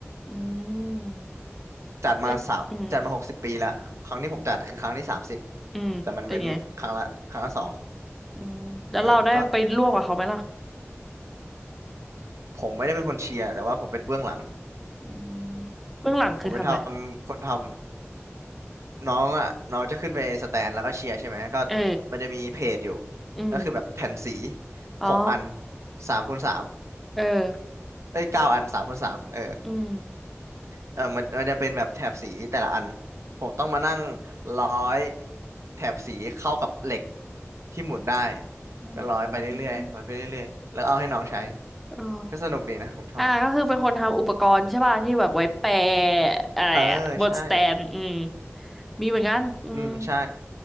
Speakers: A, in the centre; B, on the right.
A: อืม
B: จัดมาสามจัดมาหกสิบปีละครั้งที่ผมจัดคือครั้งที่สามสิบ
A: และอืมอืมเป็นไง
B: แต่มันเว้นครั้งละครั้งละสอง
A: อืมแล้วเราได้ไปร่วมกับเขาไหมล่ะ
B: เออก็ผมไม่ได้เป็นคนเชียร์แต่ว่าผมเป็นเบื้องหลัง
A: อืมเบื้องหลังคือทำอะไร
B: ผมเป็นทำคนทำ น้องอ่ะน้องจะขึ้นไปสแตนแล้วก็เชียร์ใช่ไหมก็
A: เออ
B: มันจะมีเพจอยู่
A: อืม
B: ก็คือแบบแผ่นสี
A: อ๋อ
B: หกอันสามคูณสาม
A: เออ
B: เอ้ยเก้าอันสามคูณสามเออ
A: อืม
B: เออมันมันจะเป็นแบบแถบสีแต่ละอันผมต้องมานั่งร้อยแถบสีเข้ากับเหล็กที่หมุนได้
A: อื
B: ก็ร้อยไปเรื่อยๆร้อยไปเรื่อยๆแล้วเอาให้น้องใช้
A: มอ๋อ
B: ก็สนุกดีนะผมชอบ
A: อ่าก็คือเป็นคนทำอุปกรณ์ใช่ป่ะที่แบบไว้แปะอะไรอะบนสแตนอืม
B: เออใช่
A: มีเหมือนกันอืม
B: อืมใช่